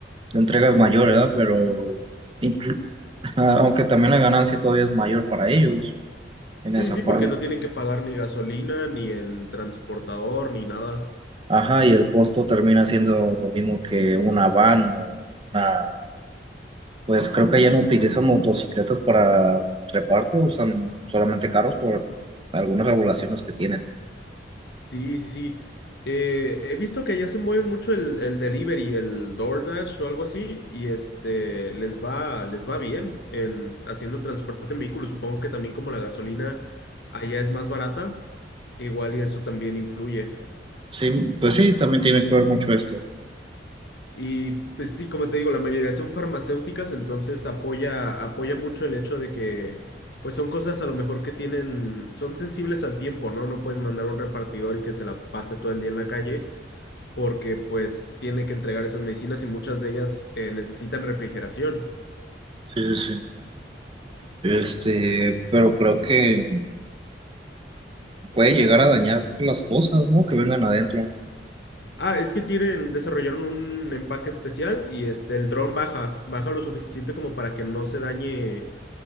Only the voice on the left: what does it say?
Sí,
sí,
porque no tienen que pagar ni gasolina, ni el transportador, ni nada.
Sí, sí, sí. Eh, he visto que allá se mueve mucho el, el delivery, el DoorDash o algo así, y este les va, les va bien en haciendo transporte en vehículos. Supongo que también como la gasolina allá es más barata, igual y eso también influye.
Y pues sí, como te digo, la mayoría son farmacéuticas, entonces apoya, apoya mucho el hecho de que pues son cosas a lo mejor que tienen, son sensibles al tiempo, ¿no? No puedes mandar a un repartidor y que se la pase todo el día en la calle porque pues tiene que entregar esas medicinas y muchas de ellas eh, necesitan refrigeración.
Ah, es que tienen, desarrollaron un empaque especial y este, el dron baja, baja lo suficiente como para que no se dañe